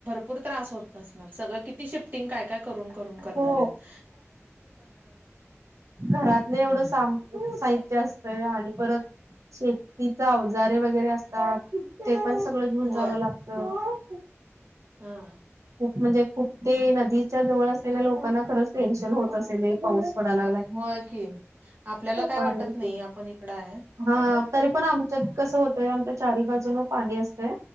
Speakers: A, on the right; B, on the right.
A: पूर त्रास होत असणार सगळं ती ती शिफ्टिंग काय काय करून करून करणार
B: हो
A: आहेत
B: घरातले
A: हम्म
B: एवढं सा - साहित्य असतय आणि परत शेतीचा अवजारे वगैर गैरे असतात ते पण सगळं घेऊन
A: होय
B: जावं लागत.
A: हा.
B: खूप म्हणजे खूप ते नदीच्या जवळ असलेल्या लोकांना खरंच टेन्शन होत असेल हे पाऊस. पडायला लागलाय.
A: होय की, आपल्याला काय
B: पाणी
A: वाटत नाही आपण इकड आहे.
B: हा तरी पण आमच्या कसं होतय, आमच्या चारी बाजून पाणी असतय